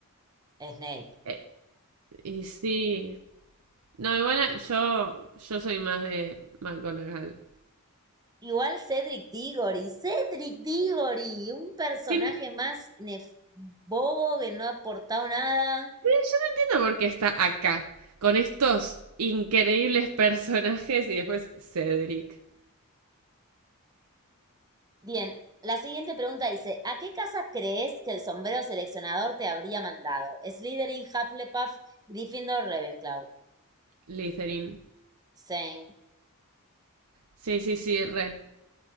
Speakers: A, on the right (about 15°); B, on the right (about 85°).
A: Snape.
B: Eh, y sí. No, igual yo, yo soy más de McGonagall.
A: Igual Cedric Diggory, Cedric Diggory, un personaje
B: Sin, yo
A: más bobo que no ha aportado nada.
B: no entiendo por qué está acá, con estos increíbles personajes y después Cedric,
A: Bien, la siguiente pregunta dice, ¿a qué casa crees que el sombrero seleccionador te habría mandado? Slytherin, Hufflepuff, Gryffindor, Ravenclaw.
B: Litherin.
A: Same.
B: Sí, sí, sí, re.